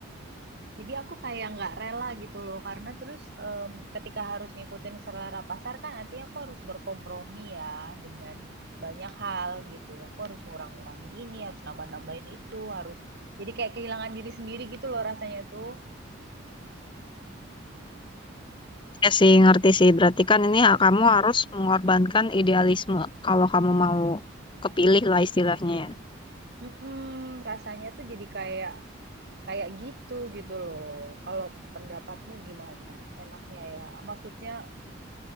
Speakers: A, on the right; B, on the left.
A: Jadi aku kayak nggak rela gitu loh, karena terus em, ketika harus ngikutin selera pasar kan artinya aku harus berkompromi ya dengan banyak hal gitu. Aku harus ngurang-ngurangin ini, harus nambah-nambahin itu, harus jadi kayak kehilangan diri sendiri gitu loh rasanya tuh.
B: Ya sih, ngerti sih. Berarti kan ini hak kamu harus mengorbankan idealisme kalau kamu mau kepilih lah istilahnya ya.
A: Mm-mm, rasanya tuh jadi kayak kayak gitu gitu loh. Kalau pendapatmu gimana? Enaknya ya, maksudnya